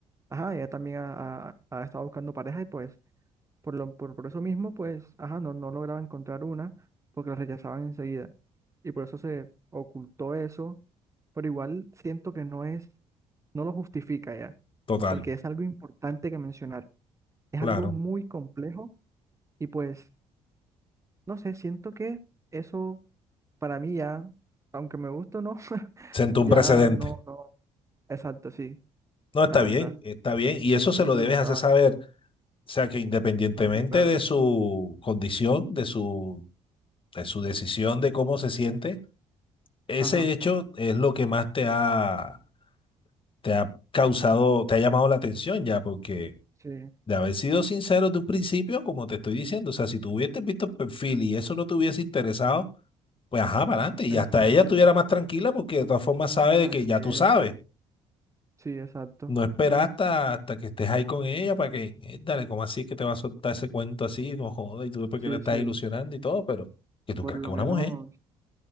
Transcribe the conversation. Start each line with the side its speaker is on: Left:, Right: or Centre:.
Right: ajá, ella también ha, ha- ha estado buscando pareja y pues por lo, por, por eso mismo, pues, ajá, no, no lograba encontrar una porque la rechazaban enseguida. Y por eso se ocultó eso, pero igual siento que no es, no lo justifica ya,
Left: Total,
Right: porque es algo importante que mencionar. Es
Left: claro.
Right: algo muy complejo y pues, no sé, siento que eso para mí ya, aunque me guste o no, <laughs>
Left: Sentó un
Right: ya
Left: precedente.
Right: no, no, exacto, sí,
Left: No, está
Right: la verdad.
Left: bien, está bien. Y eso se
Right: Y eso
Left: lo
Right: es
Left: debes
Right: lo que estaba,
Left: hacer saber. O sea que independientemente
Right: no, sí, claro,
Left: de su condición, de su de su decisión de cómo se siente, ese
Right: ajá,
Left: hecho es lo que más te ha, te ha causado, te ha llamado la atención ya, porque
Right: sí.
Left: de haber sido sincero de un principio, como te estoy diciendo, o sea, si tú hubieses visto el perfil y eso no te hubiese interesado, pues ajá, para adelante, y
Right: Exacto,
Left: hasta ella estuviera más tranquila porque de todas formas sabe de
Right: así
Left: que ya
Right: es,
Left: tú sabes.
Right: sí, exacto,
Left: No esperas hasta, hasta que estés ahí con ella para que, eh, dale, ¿cómo así es que te va a soltar ese cuento así? No jodas, y tú después
Right: sí,
Left: que le estás
Right: sí,
Left: ilusionando y todo, pero que tú
Right: por
Left: crees
Right: lo
Left: que es
Right: menos,
Left: una mujer.